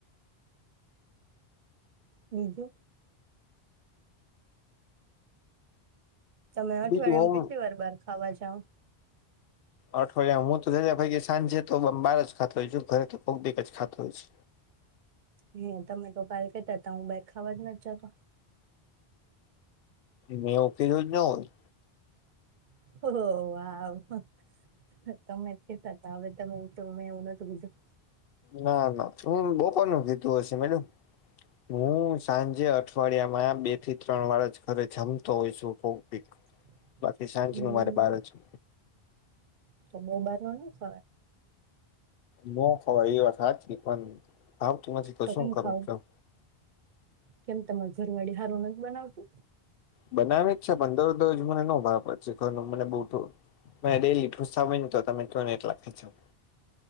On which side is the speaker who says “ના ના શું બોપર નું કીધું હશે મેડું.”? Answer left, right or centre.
Left